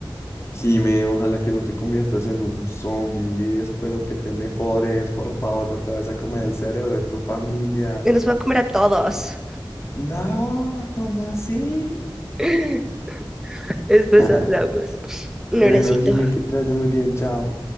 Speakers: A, on the left; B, in the centre.
A: Jime, ojalá que no te conviertas en un zombie, espero que te mejores, por favor, no te vas a comer el cerebro de tu familia.
B: Y nos va a comer a todos.
A: No, ¿cómo así?
B: <laughs> Después
A: <laughs>
B: hablamos. Un
A: Bueno,
B: abracito.
A: Jime, que te vaya muy bien, chao.